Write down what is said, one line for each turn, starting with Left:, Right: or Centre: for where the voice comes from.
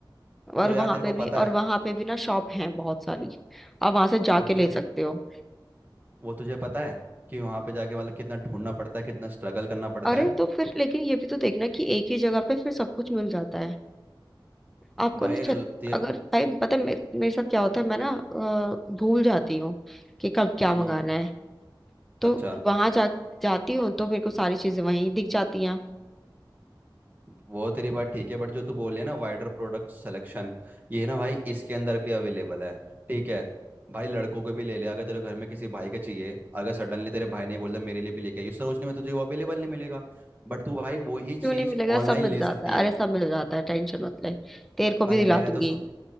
Centre: और
Right: तो
Centre: वहां
Right: यार तेरे
Centre: पे
Right: को
Centre: भी
Right: पता
Centre: और
Right: है
Centre: वहां पे भी ना शॉप हैं बहुत सारी आप वहां से जाके
Right: वो तुझे
Centre: ले सकते हो
Right: वो तुझे पता है कि वहां पे जाके मतलब कितना ढूंढना पड़ता है कितना स्ट्रगल करना पड़ता
Centre: अरे
Right: है
Centre: तो फिर लेकिन ये भी तो देखना कि एक ही जगह पे फिर सब कुछ मिल जाता है आपको
Right: भाई
Centre: ना छत
Right: अगर ल- ते-
Centre: अगर भाई पता है मे, मेरे साथ क्या होता है मैं ना अ, भूल जाती हूँ कि कब क्या मंगाना
Right: हम्म
Centre: है
Right: अच्छा
Centre: तो वहां जा जाती हूँ तो मेरे को सारी चीजें वहीं दिख जाती हैं
Right: वो तेरी बात ठीक है बट जो तू बोल रही है ना वाइडर प्रोडक्ट सिलेक्शन ये ना भाई इसके अंदर भी अवेलेबल है ठीक है भाई लड़कों को भी ले ले अगर तेरे घर में किसी भाई के चाहिए अगर सडनली तेरे भाई ने बोल दिया मेरे लिए भी लेके आई उस सरोजनी में तुझे वो अवेलेबल नहीं मिलेगा बट तू भाई वो ही
Centre: क्यों
Right: चीज
Centre: नहीं मिलेगा सब
Right: ऑनलाइन
Centre: मिल
Right: ले
Centre: जाता
Right: सकती
Centre: है
Right: है
Centre: अरे सब मिल जाता है टेंशन मत ले तेरे को भी
Right: भाई मैंने
Centre: दिला दूंगी
Right: तो सु...